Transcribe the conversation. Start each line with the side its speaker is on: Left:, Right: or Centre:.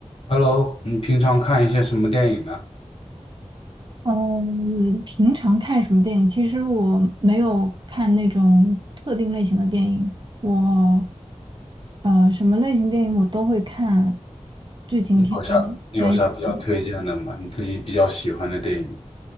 Left: Hello，你平常看一些什么电影呢？
Right: 嗯，平常看什么电影？其实我没有看那种特定类型的电影，我呃什么类型电影我都会看，剧情片、
Left: 你有啥你有啥比较推荐的吗？
Right: 悬疑片
Left: 你自己比较喜欢的电影？